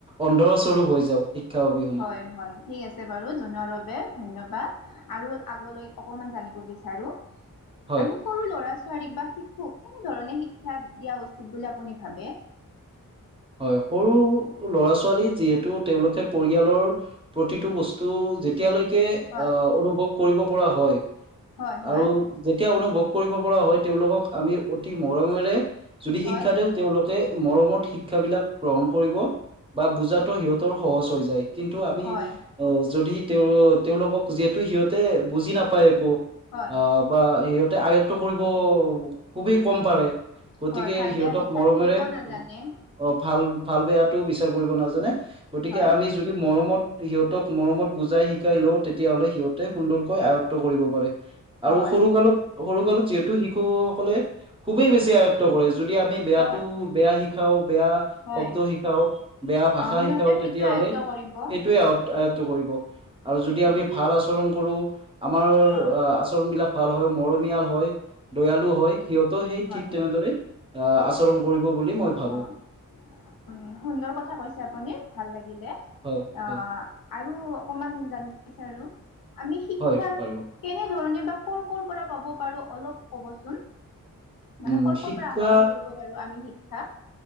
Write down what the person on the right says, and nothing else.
অন্ধস্বৰো হৈ যাওঁ। শিক্ষা অভি
হয়
হয়, সৰু ল'ৰা ছোৱালী যিহেতু তেওঁলোকে পৰিয়ালৰ প্ৰতিটো বস্তু যেতি এতিয়ালৈকে
আহ' অনুভৱ কৰিব পৰা হয়
আৰু যেতিয়া অনুভৱ কৰিব পৰা হয় তেওঁলোকক আমি অতি মৰমেৰে যদি
শিক্ষা দিওঁ তেওঁলোকে মৰমত শিক্ষাবিলাক গ্ৰহণ কৰিব বা বুজাতো সিহঁতৰ সহজ হৈ যায়। কিন্তু আমি
আহ' যদি তেওঁ তেওঁলোকক যিহেতু সিহঁতে বুজি নাপায় একো।
আহ' বা সিহঁতে আয়ত্ব কৰিব খুবেই কম পাৰে। গতিকে
সিহঁতক
মৰমেৰে
অঁ, ভাল-ভাল বেয়াটো বিচাৰ কৰিব নাজানে। গতিকে
আমি যদি মৰমত সিহঁতক মৰমত বুজাই শিকাই লওঁ তেতিয়া হ'লে সিহঁতে সুন্দৰকৈ আয়ত্ব কৰিব পাৰে।
আৰু সৰু কালত, সৰু কালত যিহেতু শিশুসকলে খুবেই
বেছি আয়ত্ব কৰে যদি আমি বেয়াটো
বেয়া শিকাও- বেয়া
শব্দ শিকাও, বেয়া ভাষা
শিকাও
তেতিয়া
হ'লে
সেইটোৱে আয় আয়ত্ব কৰিব আৰু যদি
আমি ভাল আচৰণ কৰো আমাৰ
আঁ' আচৰণ বিলাক ভাল হয়, মৰমিয়াল হয়, দয়ালু হয় সিহঁতও সেই
ঠিক তেনেদৰে আ, আচৰণ কৰিব বুলি মই ভাবো
হয়
হয়
হয় পাৰিব
উম
শিক্ষা